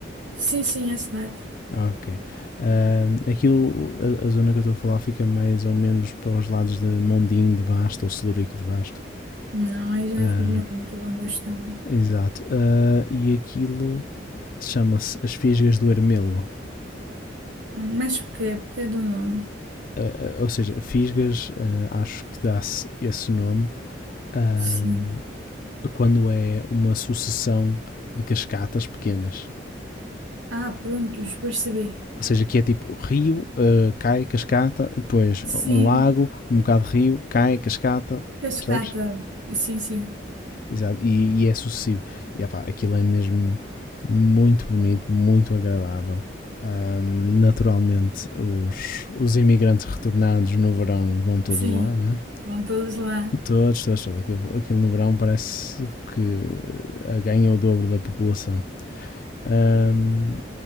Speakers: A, on the right; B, on the left.
A: Sim, sim, é a cidade.
B: Ah, Ok. Ahm, aquilo, a, a zona que eu estou a falar fica mais ou menos para os lados de Mondim de Basto ou Celurico de Basto.
A: Não, aí já
B: Ahm,
A: refugiei muito de onde eu estava.
B: exato. Ah, e aquilo chama-se As Fisgas do Ermelo.
A: Hum, Mas por quê? Porque é do nome.
B: Uh, uh, ou seja, Fisgas, uh, acho que dá-se esse nome, uh,
A: Sim.
B: quando é uma sucessão de cascatas pequenas.
A: Ah, prontos, percebi.
B: Ou seja, que é tipo rio, uh, cai, cascata, depois
A: Sim,
B: um lago, um bocado de rio, cai, cascata,
A: Cascata.
B: percebes?
A: Sim, sim.
B: Exato, e, e é sucessivo. E epá, aquilo é mesmo muito bonito, muito agradável. Um, naturalmente, os, os imigrantes retornados no verão vão todos
A: Sim,
B: lá, não é?
A: vão todos lá.
B: Todos, todos, todos. Aquilo, aquilo no verão parece que eh, ganha o dobro da população. Ahm,